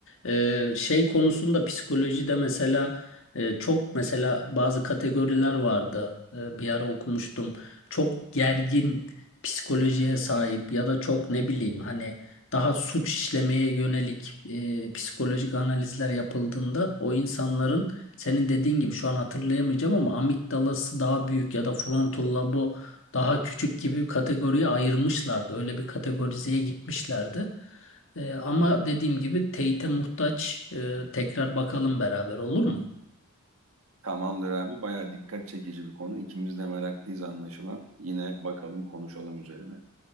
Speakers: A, on the left; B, on the right.
A: Ee, şey konusunda psikolojide mesela e, çok mesela bazı kategoriler vardı. Ee, bir ara okumuştum. Çok gergin psikolojiye sahip ya da çok ne bileyim hani daha suç işlemeye yönelik e, psikolojik analizler yapıldığında o insanların senin dediğin gibi şu an hatırlayamayacağım ama amigdalası daha büyük ya da frontal lobu daha küçük gibi bir kategoriye ayırmışlardı. Öyle bir kategorizeye gitmişlerdi. Ee, ama dediğim gibi teyite muhtaç. Ee, tekrar bakalım beraber olur mu?
B: Tamamdır abi bayağı dikkat çekici bir konu. İkimiz de meraklıyız anlaşılan. Yine bakalım konuşalım üzerine.